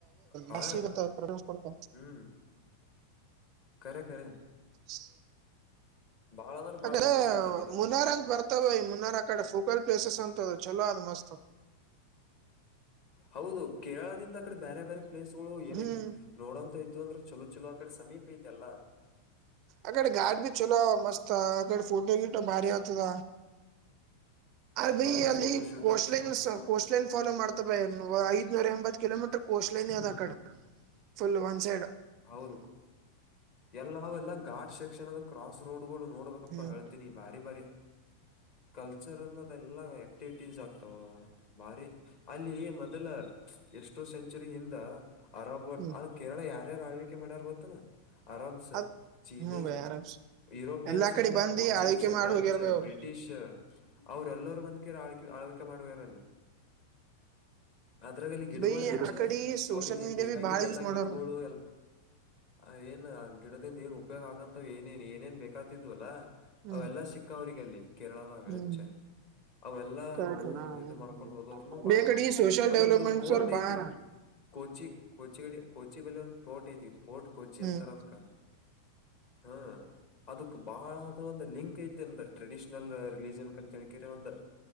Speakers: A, on the left; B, on the right.
A: ಹಾ
B: ಬಾಷ್ಟ ಪ್ರವೇಶ ಪಡ್ತ
A: ಹ್ಮ್ ಖರೆ ಖರೆ
B: ಚಿ
A: ಬಾಳ ಅಂದ್ರ
B: ಅ
A: ಬಾಳ ಫೇಮಸ್ ಐತ್ ಅಲ್ಲಿದಾರೆ
B: ಮುನಾರ್ ಅಂತ ಬರ್ತಾವ ಈ ಮುನ್ನಾರ್ ಅ ಕಡೆ ಫೋಕಲ್ ಪ್ಲೇಸಸ್ ಅಂತ ಚಲೋ ಆದ ಮಸ್ತ್
A: ಹೌದು ಕೇರಳದಿಂದ ಅ ಕಡೆ ಬೇರೆ ಬೇರೆ ಪ್ಲೇಸ್ ಗಳು ಏನಾಗ
B: ಹ್ಮ್
A: ನೋಡೋಂತ ಇದ್ದು ಅಂದ್ರ ಚಲೋ ಚಲೋ ಅಕ್ಕಡೆ ಸಮೀಪ ಐತೆ ಅಲ್ಲ
B: ಅಕಡೆ ಗಾಡ್ ಬಿ ಚಲೋ ಮಸ್ತ್ ಅಕಡೆ ಫೋಟೋ ಗಟ್ಟ ಭಾರಿ ಆತದ ಅ ಬೈ
A: ಹಾ
B: ಅಲ್ಲಿ
A: ಫೋಟೋ ಶೂಟ್
B: ಕೋಸ್ಟ್ಲೈನ್
A: ಅಂತ ಮಸ್ತ್ ನೋಡ್
B: ಕೋಸ್ಟ್ಲೈನ್ ಫಾಲೋ ಮಾಡ್ತ ಬ ಐದ್ನೂರ ಎಂಬತ್ ಕಿಲೋಮೀಟರ್ ಕೋಸ್ಟ್ ಲೈನ್
A: ಹ್ಮ್
B: ಯದ ಅ ಕಡೆ ಫುಲ್ ಒನ್ ಸೈಡ್
A: ಹೌದು ಎಲ್ಲ ಎಲ್ಲ ಾಡ್ ಸೆಕ್ಷನ್ದ ಕ್ರಾಸ್ ರೋಡ್ಗಳು ನೋಡ್ಬೇಕಪ್ಪ
B: ಹ್ಮ್
A: ಹೇಳ್ತೀನಿ ಬಾರಿ ಬಾರಿ ಕಲ್ಚರಲ್ ಅದೆ ಎಲ್ಲಾ ಆಕ್ಟಿವಿಟೀಸ್ ಆಗ್ತಾವ ಬಾರಿ ಅಲ್ಲಿ ಮೊದಲ ಎಷ್ಟೋ ಸೆಂಚುರಿ ಹಿಂದ ಅರಬ್ಲ್
B: ಹ್ಮ್
A: ಅ ಕೇರಳ ಯಾರ್ಯಾರು ಆಳ್ವಿಕೆ ಮಾಡ್ಯಾರ ಗೊತ್ತನಾ ಆರಬ್ ಸ
B: ಅದ್
A: ಚೀನೀಸ್
B: ಹ್ಮ ಬೈ ಆರಾಮ್ಸ
A: ಯುರೋಪಿಯನ್ಸ್ು
B: ಎಲ್ಲಾ ಕಡೆ
A: ಬಂದಾರ
B: ಬಂದಿ
A: ಪೋರ್ಚುಗೀಸ್
B: ಆಳ್ವಿಕೆ ಮಾಡಿ
A: ಡಚ್
B: ಹೋಗ್ಯಾರ ಬೈ ಅವ್ರು
A: ಬ್ರಿಟಿಷ್ ಅವ್ರ ಎಲ್ಲರು ಬಂದ್ಕ ಆಳ್ೆ ಆಳ್ವಿಕೆ ಮಾಡುವರಲ್ಲಿ ಅದ್ರಲ್ಲಿ ಗಿಡಗಳು
B: ಬೈ
A: ಹಚ್ಚ
B: ಆ ಕಡೆ ಸೋಷಿಯಲ್
A: ಅವ್ರಿಗೆ
B: ಮೀಡಿಯಾ
A: ಬೇಕಾಗಿದ್ದ
B: ಬಿ ಬಾಳ
A: ಎಲ್ಲಾ
B: ಯೂಸ್ ಮಾಡೋರ
A: ಗಿಡಗಳು ಆ ಏನ್ ಗಿಡದಿಂದ ಏನ್ ಉಪಯೋಗ ಆಗಂತ್ ಏನೇನ್ ಏನೇನ್ ಬೇಕತಿದ್ವಲ್ಲಾ
B: ಹ್ಮ್
A: ಅವೆಲ್ಲ ಸಿಕ್ಕ ಅವ್ರಿಗೆ ಅಲ್ಲಿ ಕೇರಳದಾಗ
B: ಹ್ಮ್
A: ಹಚ್ಚೆ ಅವೆಲ್ಲಾನೂ
B: ಕರೆಕ್ಟ್
A: ಇದು ಮಾಡ್ಕೊಂಡ್ ಹೋದವರುನು ಬಾಳದಾರಲ್ಲಿ
B: ಬೇ ಕಡೆ ಸೋಷಿಯಲ್
A: ಅಲ್ಲಿ
B: ಡೆವಲಪ್ಮೆಂಟ್ಸ್
A: ಒಂದು ಪೋರ್ಟ್
B: ಅವ್ರ
A: ಐತಿ
B: ಬಾಳ
A: ಕೊಚಿ ಕೊಚಿ ಕಡೆ ಕೊಚಿ ಬಲ್ಲಿ ಒಂದು ಪೋರ್ಟ್ ಐತಿ ಪೋರ್ಟ್ ಕೊಚಿ
B: ಹ್ಮ್
A: ಅಂತಾರ ಅದಕ ಹಾ ಅದಕ್ ಬಹಳದ ಒಂದು ಲಿಂಕ್ ಐತಿ ಟ್ರೆಡಿಷ್ನಲ್ ರಿಲಿಜನ್ ಕೇಳ್ಕರ ಒಂದು